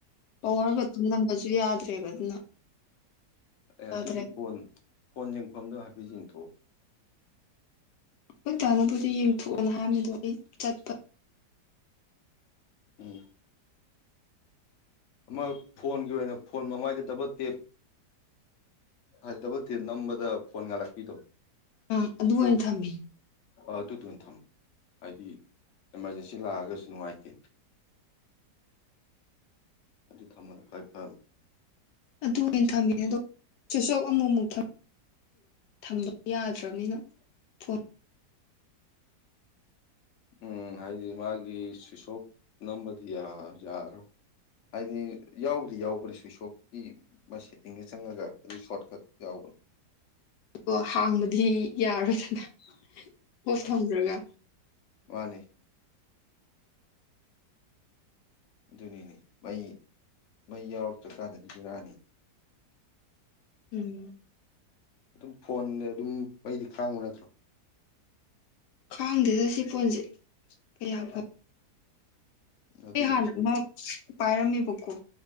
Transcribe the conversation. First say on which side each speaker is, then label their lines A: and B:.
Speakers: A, on the left; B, on the left.
A: ꯄꯋꯥꯔ ꯃꯇꯝ ꯅꯝꯕꯁꯨ ꯌꯥꯗ꯭ꯔꯦꯕ ꯑꯗꯨꯅ
B: ꯑꯦ
A: ꯌꯥꯗ꯭ꯔꯦ
B: ꯑꯗꯨꯗꯤ ꯐꯣꯟ ꯐꯣꯟ ꯌꯦꯡꯐꯝꯗꯣ ꯍꯥꯏꯐꯦꯠ ꯌꯦꯡꯊꯣꯛꯎ
A: ꯎꯇꯥꯥꯅꯕꯨꯗꯤ ꯌꯦꯡꯊꯣꯛꯑꯅ ꯍꯥꯏꯕꯃꯤ ꯑꯗꯣ ꯑꯩ ꯆꯠꯄ
B: ꯎꯝ ꯑꯃ ꯐꯣꯟꯒꯤ ꯑꯣꯏꯅ ꯐꯣꯟ ꯃꯃꯥꯏꯗ ꯗꯕꯜ ꯇꯦꯞ ꯍꯥꯏ ꯇ ꯊ ꯅꯝꯕꯗ ꯐꯣꯟ ꯉ ꯂꯥꯛꯄꯤꯗꯣ
A: ꯑꯥ ꯑꯗꯨ ꯑꯣꯏꯅ ꯊꯝꯃꯤ
B: ꯑꯗꯨꯗꯣ ꯑꯣꯏꯅ ꯊꯝꯃꯣ ꯍꯥꯏꯗꯤ ꯑꯦꯃꯥꯔꯖꯦꯟꯁꯤ ꯂꯥꯛꯑꯒꯁꯨ ꯅꯨꯡꯉꯥꯏꯇꯦ
A: <inaudible>
B: ꯑꯗꯨ ꯊꯃ ꯈ꯭ꯋꯥꯏ ꯐꯝ
A: ꯑꯗꯨ ꯑꯣꯏꯅ ꯊꯝꯃꯤꯅꯦ ꯑꯗ ꯆꯨꯁꯣꯞ ꯑꯃꯨꯛ ꯑꯃꯨꯛ ꯊꯝ ꯊꯪꯕ ꯌꯥꯗ꯭ꯔꯕꯅꯤꯅ ꯐꯣꯟ
B: ꯎꯝ ꯍꯥꯏꯗꯤ ꯃꯥꯒꯤ ꯁ꯭ꯋꯤꯁ ꯑꯣꯞ ꯅꯝꯕꯗꯤ ꯌꯥꯔꯣꯏ ꯍꯥꯏꯗꯤ ꯌꯥꯎꯗꯤ ꯌꯥꯎꯕꯅꯤ ꯁ꯭ꯋꯤꯁ ꯑꯣꯐꯀꯤ ꯃꯥ ꯁꯦꯠꯇꯤꯡꯒ ꯆꯪꯉꯒ ꯑꯗꯨ ꯁꯣꯔꯠꯀꯠ ꯌꯥꯎꯕꯅꯤ
A: ꯑꯣ ꯍꯥꯡꯕꯗꯤ ꯌꯥꯔꯣꯏꯗꯅ ꯍꯐ ꯊꯝꯗ꯭ꯔꯒ
B: ꯃꯥꯅꯦ ꯑꯗꯨꯅꯤꯅꯦ ꯃꯩ ꯃꯩ ꯌꯥꯎꯔꯛꯇ꯭ꯔꯀꯥꯟꯗꯗꯤ ꯖꯔꯥꯅꯤ
A: ꯎꯝ
B: ꯑꯗꯨꯝ ꯐꯣꯟꯗ ꯑꯗꯨꯝ ꯃꯩꯗꯤ ꯈꯥꯡꯕ ꯅꯠꯇ꯭ꯔꯣ
A: ꯈꯥꯡꯗꯦꯗ ꯁꯤ ꯐꯣꯟꯁꯦ ꯀꯌꯥ
B: ꯑꯗꯨꯏꯗꯤ
A: ꯑꯩ ꯍꯥꯟꯅ
B: ꯁꯨꯝ
A: ꯑꯃ ꯄꯥꯏꯔꯝꯃꯦꯕꯀꯣ